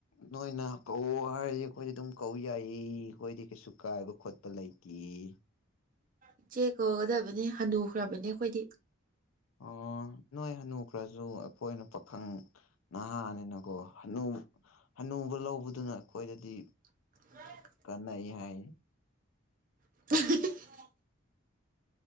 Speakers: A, on the left; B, on the right.
A: ꯅꯣꯏꯅ ꯀꯧ ꯍꯥꯏꯔꯗꯤ ꯑꯩꯈꯣꯏꯗꯤ ꯑꯗꯨꯝ ꯀꯧ ꯌꯥꯏꯌꯦ ꯑꯩꯈꯣꯏꯗꯤ ꯀꯩꯁꯨ ꯀꯥꯏꯕ ꯈꯣꯠꯄ ꯂꯩꯇꯤꯌꯦ
B: ꯏꯆꯦ ꯀꯧꯒꯗꯕꯅꯤ ꯍꯅꯨꯈ꯭ꯔꯕꯅꯦ ꯑꯩꯈꯣꯏꯗꯤ
A: ꯑꯣ ꯅꯣꯏ ꯍꯅꯨ ꯈ꯭ꯔꯁꯨ ꯑꯩꯈꯣꯏꯅ ꯄꯥꯈꯪ ꯅꯍꯥꯅꯤꯅꯀꯣ ꯍꯅꯨ ꯍꯅꯨꯕ ꯂꯧꯕꯗꯨꯅ ꯑꯩꯈꯣꯏꯗꯗꯤ
B: <inaudible>
A: ꯀꯅꯩ ꯍꯥꯏ
B: <inaudible>